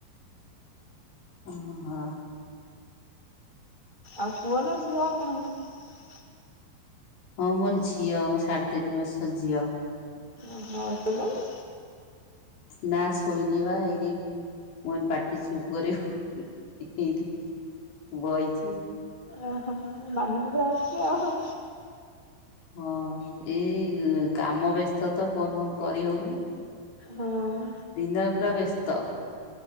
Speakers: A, on the left; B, on the right.
A: ଓ ହ।
B: ଆଉ ପୁଅ ନା ଝିଅ ଆପଣଙ୍କର?
A: ହଁ ମୋର ଝିଅ ମୋ ସାଢେ ତିନି ବର୍ଷର ଝିଅ।
B: ଅ ହ ସୋଇଲଣି?
A: ନା ଶୋଇନେବା ଏଇଠି ମୁଁ କହିଲିପା ପାଟି ଚୁପ କରିବୁ। ଏଇଟି ବଇଛି।
B: ଆ ହା ମାନିକି ପୁରା ଅଛି ଆଉ।
A: ହଁ ଏଇ କାମ ବ୍ୟସ୍ତ ତ ଫୋନ ଫୋନ କରି ହେଉନି।
B: ହଁ ପା।
A: ଦିନରେ ପୁରା ବ୍ୟସ୍ତ